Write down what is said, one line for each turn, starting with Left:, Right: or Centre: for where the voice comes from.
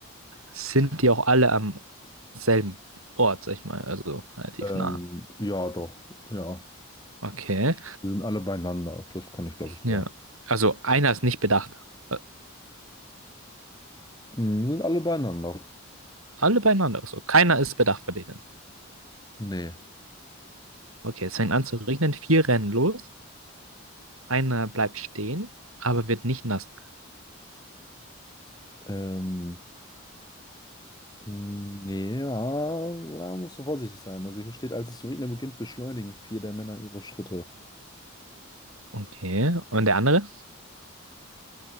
Right: Sind die auch alle am selben Ort, sag ich mal, also relativ
Left: Ähm,
Right: nah.
Left: ja, doch, ja.
Right: Okay,
Left: Wir sind alle beieinander. Das kann ich, glaube ich, sagen.
Right: ja. Also einer ist nicht bedacht. Äh,
Left: Hm, wir sind alle beieinander.
Right: Alle beieinander, also keiner ist bedacht von denen.
Left: Nee.
Right: Okay, es fängt an zu regnen, vier rennen los, einer bleibt stehen, aber wird nicht nass.
Left: Ähm, nee, ja, ja, musst du vorsichtig sein. Also hier steht, als es zu regnen beginnt, beschleunigen vier der Männer ihre Schritte.
Right: Okay, und der andere?